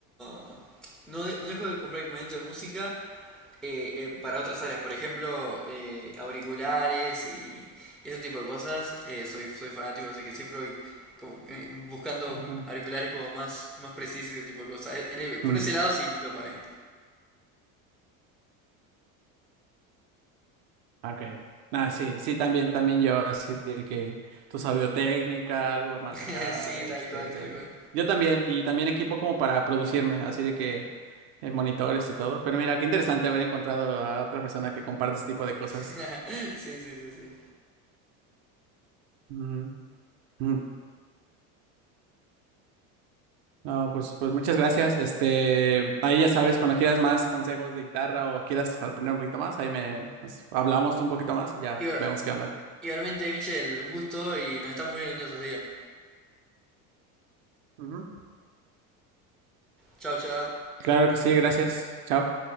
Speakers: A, in the centre; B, on the right.
A: no, no de- no dejo de comprar equipamiento de música eh, eh, para otras áreas. Por ejemplo, eh, auriculares y, y ese tipo de cosas. Eh, soy, soy fanático, así que siempre voy como, eh, buscando
B: Ajá.
A: auriculares como más, más precisos y ese tipo de cosas. Eh, en el- por
B: Mm,
A: ese lado sí, nunca paré.
B: ok. Ah, sí, sí, también, también yo, así de que tu técnica, algo más
A: <laughs>
B: acá,
A: Sí,
B: este,
A: tal cual, tal cual.
B: yo también, y también equipo como para producirme, así de que eh, monitores y todo, pero mira, qué interesante haber encontrado a otra persona que comparte este tipo de cosas.
A: <laughs> Sí, sí, sí,
B: Mm, mm. No, pues, pues muchas gracias, este, ahí ya sabes, cuando quieras más consejos de guitarra o quieras aprender un poquito más, ahí me, nos hablamos un poquito más y ya
A: sí.
B: vemos qué onda.
A: Igualmente, Michelle, un gusto y nos estamos viendo en estos días.
B: Ujú.
A: Chao, chao.
B: Claro que sí, gracias, chao.